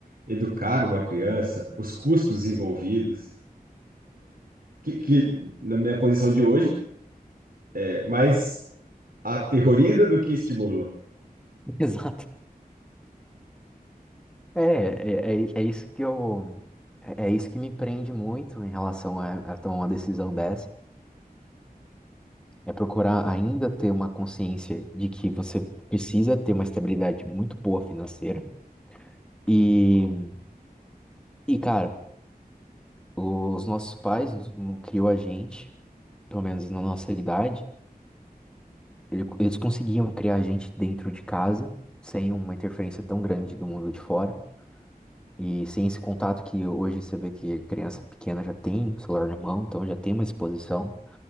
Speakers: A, on the right; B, in the centre.
A: educar uma criança, os custos envolvidos que, que na minha posição de hoje é mais aterroriza do que estimula.
B: Exato. É, é, é, é isso que eu, é, é isso que me prende muito em relação a, a tomar uma decisão dessa, é procurar ainda ter uma consciência de que você precisa ter uma estabilidade muito boa financeira e, e cara, os nossos pais não não criou a gente, pelo menos na nossa idade, ele- eles conseguiam criar a gente dentro de casa, sem uma interferência tão grande do mundo de fora. E sem esse contato que hoje você vê que criança pequena já tem o celular na mão, então já tem uma exposição.